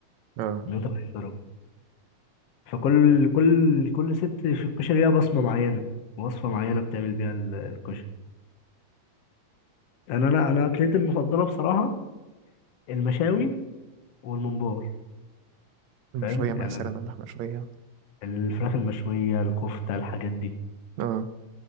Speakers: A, on the right; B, on the left.
A: أه
B: 180 درجه فكل كل كل ست في الكشري ليها بصمه معينه وصفه معينه بتعمل بيها ال- الكشري انا انا انا اكلتي المفضله بصراحه المشاوي والممبار فاهم
A: المشوية
B: يعني
A: مثلا
B: أنا
A: اللحمة المشوية
B: الفراخ المشويه الكفته الحاجات دي
A: اه